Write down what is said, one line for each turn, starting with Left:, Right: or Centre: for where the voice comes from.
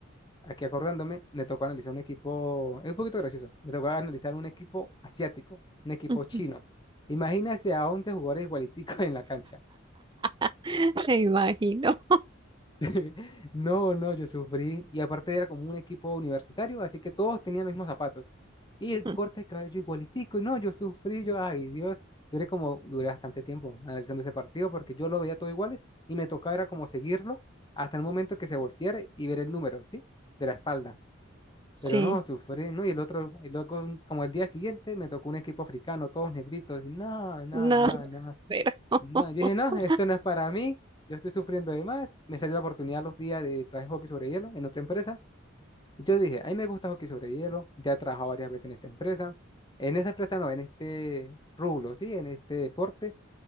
Left: aquí acordándome, me tocó analizar un equipo, es un poquito gracioso, me tocó analizar un equipo asiático, un equipo
Right: Ujú.
Left: chino. Imagínese a 11 jugadores igualiticos <laughs> en la cancha.
Right: <laughs> Me imagino.
Left: <laughs> No, no, yo sufrí. Y aparte era como un equipo universitario, así que todos tenían los mismos zapatos. Y el corte
Right: Mm,
Left: de cabello igualitico. Y no, yo sufrí, yo, ay Dios, duré como, duré bastante tiempo analizando ese partido porque yo lo veía todo iguales y me tocaba era como seguirlo hasta el momento que se volteara y ver el número, ¿sí? De la espalda. Pero
Right: Sí,
Left: no, sufrí, ¿no? Y el otro, y luego como el día siguiente me tocó un equipo africano, todos negritos. Y no, no,
Right: no,
Left: no, no.
Right: pero <laughs>
Left: No, yo dije, no, esto no es para mí, yo estoy sufriendo de más. Me salió la oportunidad los días de trabajar hockey sobre hielo en otra empresa. Y yo dije, a mí me gusta hockey sobre hielo, ya he trabajado varias veces en esta empresa. En esa empresa no, en este rublo, sí, en este deporte.